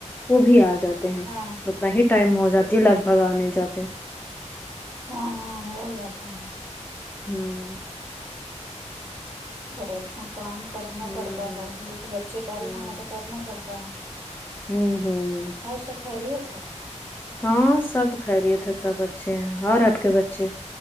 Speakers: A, on the left; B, on the right.
A: وہ بھی آ جاتے ہیں
B: ہاں
A: اتنا ہی ٹائم ہو جاتی ہے لگ بھگ آنے جاتے
B: ہاں ہاں ہو جاتا ہے
A: ہوں
B: ے اپنا کام کرنا
A: ہوں
B: پڑتا
A: ہوں
B: ہے دو تو بچے پالنا
A: ہوں
B: ہے تو کرنے پڑ تا ہے
A: ہوں ہوں
B: اور سب خریت ہے
A: ہاں سب خیریت ہے سب اچھے ہیں اور آپ کے بچے